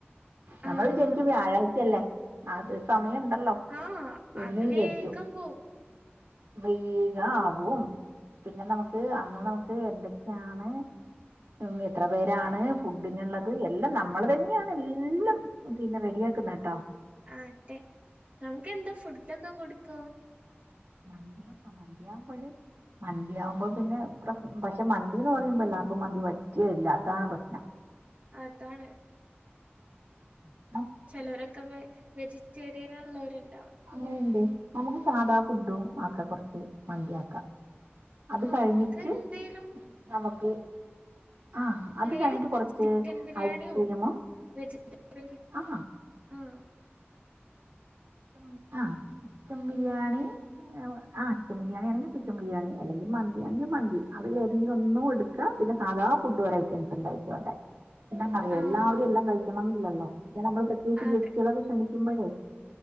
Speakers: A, on the right; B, on the right.
A: നമ്മൾ
B: ആഹ്
A: വിചാരിക്കും വ്യാഴാഴ്ചല്ലേ അത് സമയ ണ്ടല്ലോ
B: ആഹ്
A: എന്ന്
B: അത്
A: വിചാരിക്കും.
B: വേഗം പോവും
A: വേഗാവും പിന്നെ നമു ക്ക് അന്ന് നമുക്ക് എന്തൊക്കെയാണ്. ഉം എത്ര പേരാണ് ഫുഡിനുള്ളത് എല്ലാം നമ്മൾ തന്നെയാണ് എല്ലം ഓ പിന്നെ റെഡിയാക്ക്ന്നേ ട്ടോ.
B: ആതെ നമുക്കന്താ ഫുഡക്കെ കൊടുക്ക?
A: മന്തിയാക്കാ മന്തിയാവുമ്പഴ് മന്തിയാവുമ്പോ പിന്നെ പ്ര പക്ഷെ മന്തിന്ന് പറയുമ്പോ എല്ലാർക്കും മന്തി പറ്റില്ല അതാണ് പ്രശ്നം.
B: അതാണ്
A: ഉം
B: ചെലോരക്കെ വെ വെജിറ്റേറിയൻ ഇള്ളവര്ണ്ടാവും.
A: അങ്ങണ്ട് നമുക്ക് സാധാ ഫുഡും ആക്ക കൊർച്ച് മന്തി ആക്കാ. അത്
B: ആഹ്
A: കഴിഞ്ഞിട്ട്
B: നമുക്ക് എന്തേലും
A: നമുക്ക് ആ അത്
B: അല്ലേല്
A: കഴിഞ്ഞിട്ട് കൊറച്ച്
B: ചിക്കൻ ബിരിയാണിയോ
A: ഐസ്ക്രീമും
B: വെജിറ്റബിൾ ബിരി
A: ആ
B: ആഹ്
A: ചിക്കം ആ ചിക്കൻ ബിരിയാണി ആ ചിക്കൻ ബിരിയാണി ആണങ്കിൽ ചിക്കൻ ബിരിയാണി എല്ലെങ്കിൽ മന്തി ആണെങ്കിൽ മന്തി അവൾ ഏതെങ്കിലും ഒന്നും എടു ക്ക പിന്നെ സാധാ ഫുഡ് <unintelligible> ഐറ്റംസ് ഉണ്ടായിക്കോട്ടെ. എന്നന്തന്നറിയോ
B: ആഹ്
A: എല്ലാവരും എല്ലാം കഴിക്കണംന്നില്ലല്ലോ പിന്നെ നമ്മൾ പ്രത്യേകിച്ച്
B: അതെ
A: ജസ്റ്റുകളൊക്കെ ക്ഷണിക്കുമ്പഴേ